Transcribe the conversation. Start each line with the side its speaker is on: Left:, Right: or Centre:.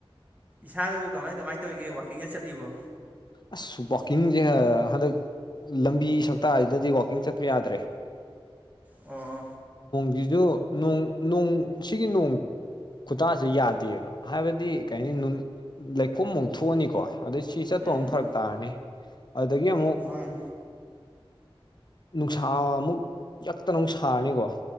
Right: ꯏꯁꯥꯗꯨꯕꯨ ꯀꯃꯥꯏ ꯀꯃꯥꯏꯅ ꯇꯧꯔꯤꯒꯦ ꯋꯥꯛꯀꯤꯡꯒ ꯆꯠꯂꯤꯕꯣ
Left: ꯑꯁ ꯋꯥꯋꯥꯛꯀꯤꯡꯁꯦ ꯍꯟꯗꯛ ꯂꯝꯕꯤ ꯁꯛꯇꯁꯤꯗꯗꯤ ꯋꯥꯛꯀꯤꯡ ꯆꯠꯄ ꯌꯥꯗ꯭ꯔꯦ
Right: ꯑꯣ
Left: ꯁꯨꯣꯡ ꯁꯤꯒꯤ ꯅꯣꯡ ꯈꯨꯇꯥꯁꯤꯦ ꯌꯥꯗꯦꯕ ꯍꯥꯏꯕꯗꯤ ꯀꯩꯅꯤ ꯂꯩꯈꯣꯝꯃꯨꯛ ꯊꯣꯛꯑꯅꯤꯀꯣ ꯑꯗꯩ ꯁꯤ ꯆꯠꯄ
Right: ꯎꯝ
Left: ꯑꯃ ꯐꯔꯛ ꯇꯥꯔꯅꯤ ꯑꯗꯨꯗꯒꯤ ꯑꯃꯨꯛ
Right: ꯋꯥꯟ
Left: ꯅꯨꯡꯁꯥ ꯑꯃꯨꯛ ꯌꯥꯛꯇꯅ ꯐꯥꯅꯤꯀꯣ